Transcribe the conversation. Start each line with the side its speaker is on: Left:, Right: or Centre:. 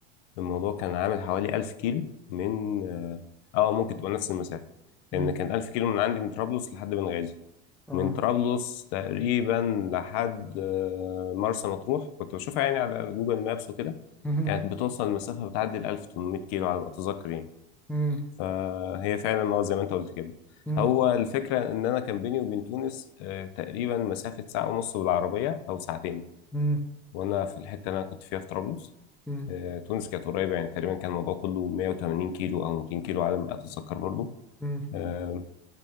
Left: الموضوع كان عامل حوالي 1000 كيلو من اه آه، ممكن تبقى نفس المسافه
Centre: مم،
Left: لان كان 1000 كيلو من عندي من طرابلس لحد بنغازي
Centre: اه
Left: من طرابلس تقريبا لحد آه، مرسى مطروح كنت بشوفها يعني على جوجل مابس وكده
Centre: مهم،
Left: كانت بتوصل المسافة بتعدي ال 1800 كيلو على ما أتذكر يعني
Centre: مم،
Left: فهي فعلا اه زي ما أنت قلت كده
Centre: مم،
Left: هو الفكرة إن أنا كان بيني وبين تونس آه، تقريبا مسافة ساعة ونص بالعربية أو ساعتين
Centre: مم،
Left: وأنا في الحتة اللي أنا كنت فيها في طرابلس
Centre: مم،
Left: آه، تونس كانت قريبة يعني تقريبا كان الموضوع كله 180 كيلو أو 200 كيلو على ما أتذكر برضه
Centre: مم.
Left: آه،